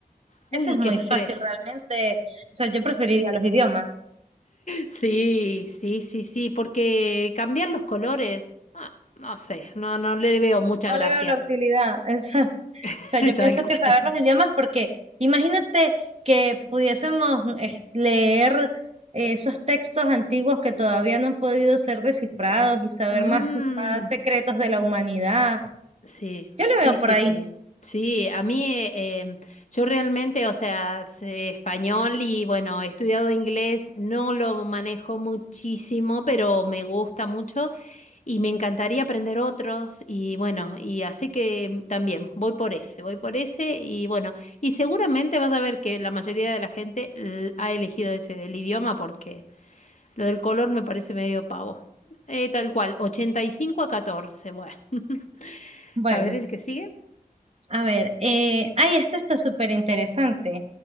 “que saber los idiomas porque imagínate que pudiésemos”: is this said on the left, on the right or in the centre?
Right